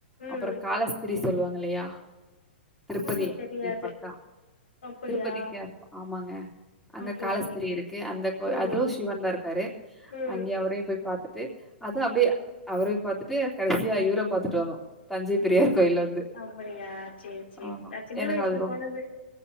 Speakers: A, on the left; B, in the centre.
A: ம்
B: அப்றோ காலஸ்திரி சொல்லுவாங்க இல்லையா திருப்பதிக்கு
A: ம்ஹூ தெரியாது
B: பக்கோ
A: அப்டியா
B: திருப்பதிக்கு ஆமாங்க அங்க
A: ஓகே
B: காலஸ்திரி
A: ஓகே
B: இருக்கு அந்த கோ
A: ம்
B: அது சிவன் தா இருக்காரு
A: ம்
B: அங்கே அவரையு போய் பாத்துட்டு அதா அப்டியே அவரை பாத்துட்டு கடசியா இவரை பாத்துட்டு வந்தோ தஞ்சை பெரியார் கோயில்ல வந்து
A: அப்படியா சேரி சேர்
B: ஆமா
A: நா சின்ன
B: எனக்கு
A: வயசுல
B: அது ரொம்
A: போனது